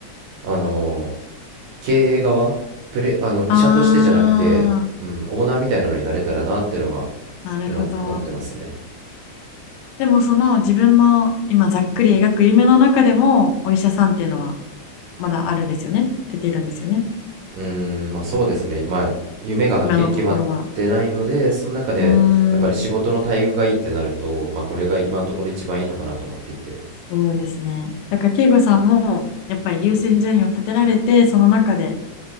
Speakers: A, on the right (about 75°); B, on the left (about 85°).
A: あの、経営側、プレ、あの、医者としてじゃなくて、
B: あ
A: うん、オーナーみたいなのになれたらなってのは
B: ー、なるほど。
A: 思、思ってますね。
B: でもその自分の今ざっくり描く夢の中でもお医者さんっていうのはまだあるんですよね。出ているんですよね。
A: うーん、まあそうですね。まあ、夢がはっきり決まってないので、
B: 今のところは。
A: その中で、
B: うーん、
A: やっぱり仕事の待遇がいいってなると、まあこれが今のところ一番いいのかなと思っていて。
B: そうですね。だから慶吾さんもやっぱり優先順位を立てられて、その中で